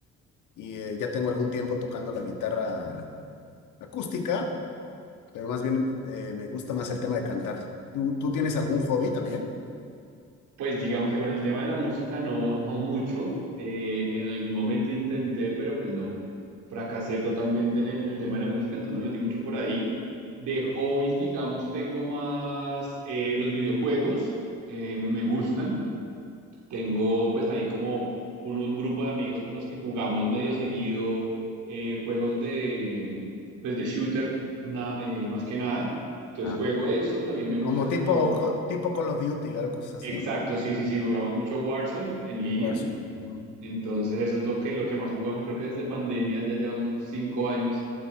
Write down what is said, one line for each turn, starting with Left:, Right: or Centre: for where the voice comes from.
Left: y eh, ya tengo algún tiempo tocando la guitarra acústica, pero más bien eh, me gusta más el tema de cantar. ¿Tú, tú tienes algún hobby también?
Right: Pues digamos que con el tema de la música no, no mucho. Eh, en algún momento intenté, pero pues no. Fracasé totalmente en el, en el tema de la música, entonces no me metí mucho por ahí. De hobbies, digamos, tengo más eh, los videojuegos, eh, me me gustan. Tengo pues ahí como uno, un grupo de amigos con los que jugamos medio seguido eh, juegos de, pues de shooter, na- eh, más que nada. Entonces
Left: Ah,
Right: juego eso, también me gusta
Left: Como tipo,
Right: como...
Left: co- tipo Call of Duty, algo así.
Right: Exacto, sí, sí, sí, jugamos mucho Warzone en línea.
Left: Warzone. Ujú.
Right: Entonces eso es lo que, lo que más jugamos, creo que desde pandemia ya llevamos cinco años